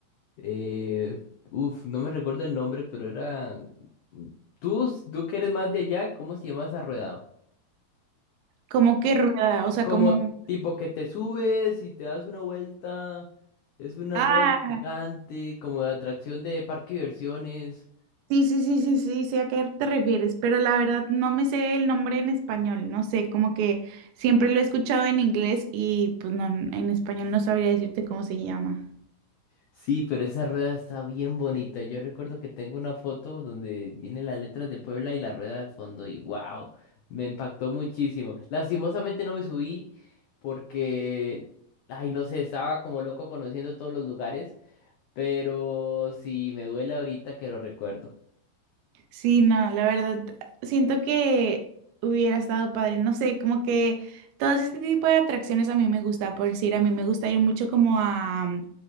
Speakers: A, on the left; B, on the right.
A: Eh, uf, no me recuerdo el nombre, pero era... Tú, tú que eres más de allá, ¿cómo se llama esa rueda?
B: Como que rueda, o sea,
A: Como
B: como un...
A: tipo que te subes y te das una vuelta, es una
B: Ah,
A: rueda gigante, como de atracción de parque de diversiones.
B: sí, sí, sí, sí, sí, sé a qué te refieres, pero la verdad no me sé el nombre en español, no sé, como que siempre lo he escuchado en inglés y pues no, en español no sabría decirte cómo se llama.
A: Sí, pero esa rueda está bien bonita. Yo recuerdo que tengo una foto donde vienen las letras de Puebla y la rueda de fondo y wow, me impactó muchísimo. Lastimosamente no me subí porque, ay, no sé, estaba como loco conociendo todos los lugares, pero sí, me duele ahorita que lo recuerdo.
B: Sí, no, la verdad, siento que hubiera estado padre, no sé, como que todo este tipo de atracciones a mí me gusta, por decir, a mí me gusta ir mucho como a, mm,